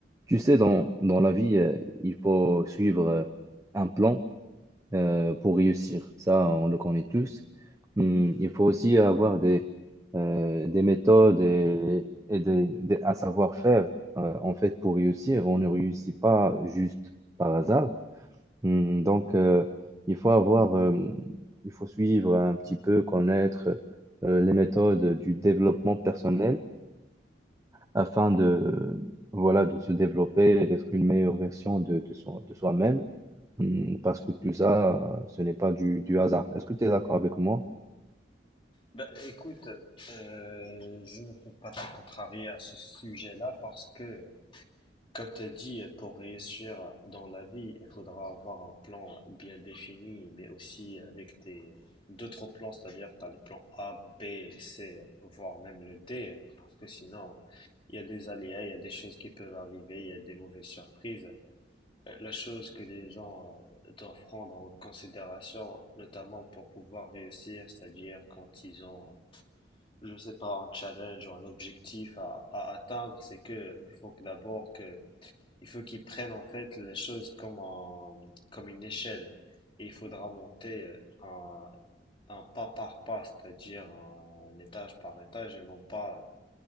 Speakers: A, on the right; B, on the left.
A: Tu sais, dans, dans la vie, euh, il faut suivre euh, un plan euh, pour réussir. Ça, on le connaît tous. Hum, il faut aussi avoir des, euh, des méthodes et, et des, des- un savoir-faire. euh, en fait, pour réussir, on ne réussit pas juste par hasard. Hum, donc, euh, il faut avoir, euh, il faut suivre un petit peu, connaître euh, les méthodes du développement personnel afin de, voilà, de se développer et d'être une meilleure version de, de soi, de soi-même, Hmm, parce que tout ça, euh, ce n'est pas du, du hasard. Est-ce que tu es d'accord avec moi?
B: Ben, écoute, euh, je ne peux pas te contrarier à ce sujet-là parce que, comme tu as dit, pour réussir dans la vie, il faudra avoir un plan bien défini, mais aussi avec des d'autres plans, c'est-à-dire tu as le plan A, B, C, voire même le D, parce que sinon, il y a des aléas, il y a des choses qui peuvent arriver, il y a des mauvaises surprises. Euh, La chose que les gens euh, doivent prendre en considération, notamment pour pouvoir réussir, c'est-à-dire quand ils ont je sais pas, un challenge ou un objectif à, à atteindre, c'est que il faut que d'abord que il faut qu'ils prennent en fait les choses comme un, comme une échelle et il faudra monter euh, un, un pas par pas, c'est-à-dire un étage par étage et non pas